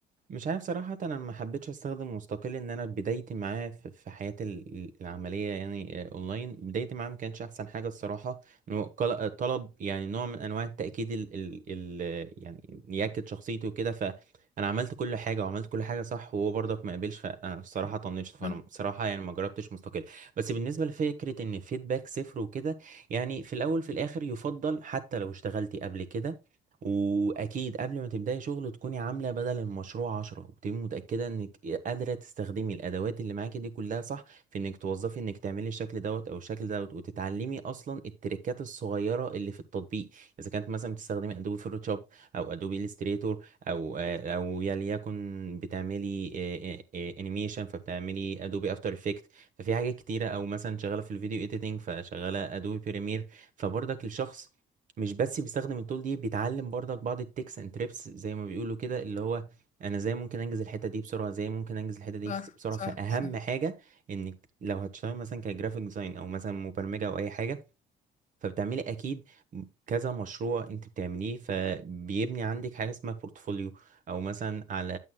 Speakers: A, on the right; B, on the left.
A: مش عارف صراحة أنا ما حبيتش أستخدم مستقل إن أنا بدايتي معاه في في حياتي ال- العملية يعني آه، أونلاين بدايتي معاه ما كانش أحسن حاجة الصراحة إنه قل- آه، طلب يعني نوع من أنواع التأكيد ال ال ال يعني يأكد شخصيته وكده فأنا عملت كل حاجة وعملت كل حاجة صح وهو برضك ما قبلش فأنا الصراحة طنشت فأنا
B: صح
A: الصراحة يعني ما جربتش مستقل بس بالنسبة لفكرة إن فيدباك صفر وكده يعني في الأول في الآخر يفضل حتى لو اشتغلتي قبل كده واكيد قبل ما تبداي شغل تكوني عامله بدل المشروع عشرة وتبقي متاكده انك قادره تستخدمي الادوات اللي معاكي دي كلها صح في انك توظفي انك تعملي الشكل دوت او الشكل دوت وتتعلمي اصلا التريكات الصغيره اللي في التطبيق اذا كانت مثلا بتستخدمي ادوبي فوتوشوب او ادوبي الستريتور او آه، او يا ليكن بتعملي انيميشن فبتعملي ادوبي افتر افكت ففي حاجات كتيره او مثلا شغاله في الفيديو اديتنج فشغاله ادوبي بريمير فبرضك الشخص مش بس بيستخدم التول دي بيتعلم برضك بعض التكس اند تريبس زي ما بيقولوا كده اللي هو انا ازاي ممكن انجز الحته دي بسرعه ازاي ممكن انجز الحته دي
B: صح
A: بس- بسرعه
B: صح
A: فاهم
B: صح
A: حاجه انك لو هتشتغل مثلا كجرافيك ديزاين او مثلا مبرمجه او اي حاجه فبتعملي اكيد كذا مشروع انت بتعمليه فبيبني عندك حاجه اسمها بورتفوليو او مثلا على